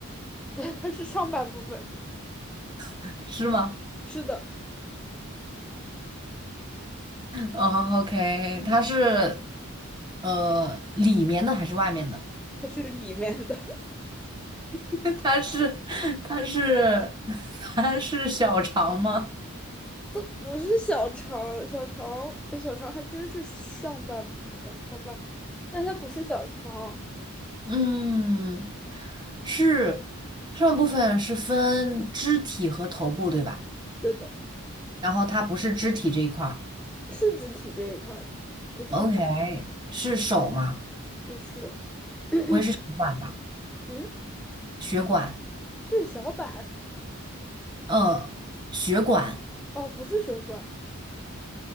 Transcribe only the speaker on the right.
<laughs> 是吗？
哦，OK，它是呃里面的还是外面的？
<laughs> 它是它是 <laughs> 它是小肠吗？
嗯，是上半部分是分肢体和头部，对吧？
然后它不是肢体这一块儿
，OK，是手吗？
血管吧，
血管，
呃，血管，